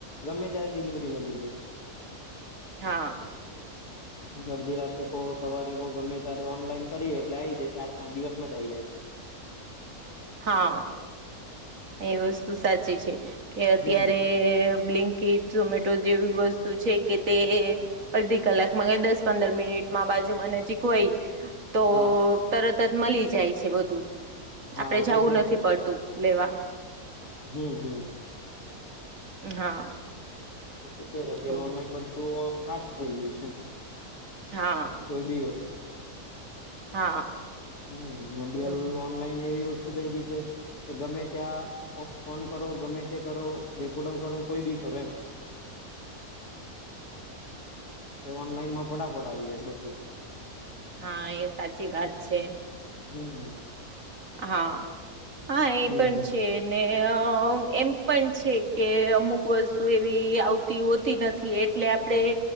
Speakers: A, on the left; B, on the right.
A: ગમે ત્યારે ડિલિવ રી મલી જાય,
B: હા
A: અડધી રાતે કો સવારે કો ગમે ત્યારે ઓનલાઈન કરીએે એટલે આઈ જાય ચાર-પાંચ દિવસમાં જ આ આઈ જાય છે.
B: હા એ વસ્તુ સાચી છે કે અત્યારે
A: હમ
B: બ્લિંકીટ, ઝોમેટો જેવી વસ્તુ છે કે તે અડધી કલાકમાં કે દસ પંદર મિનિટમાં બાજુમાં નજીક હોય તો
A: હા.
B: તરત જ મલી જાય છે બધું
A: હા
B: આપડે
A: એ
B: જાવું
A: તો છે
B: નથી પડતું લેવા.
A: હમ્મ હમ્મ.
B: હા.
A: એ તો પે પેલો
B: તો
A: ઓનલાઈન બધું ફાસ્ટ થઈ ગયું છે, એમ.
B: હા.
A: કોઈ બી વસ્તુ.
B: હા.
A: હમ્મ, અભીહાલ
B: તો
A: ઓનલાઈન એવી વસ્તુ થઈ ગઈ છે કે ગમે ત્યાં ફોન કરો ગમે તે કરો રેકોર્ડો કરો કોઈ બી કરો એમ. તે ઓનલાઈનમાં ફટાફટ આવી જાય છે, બધું.
B: હા, એ સાચી વાત છે.
A: હમ્મ.
B: હા, હા એ
A: હમ
B: પણ
A: હમ
B: છે. અને એમ પણ છે કે અમુક વસ્તુ એવી આવતી... હોતી નથી એટલે આપણેે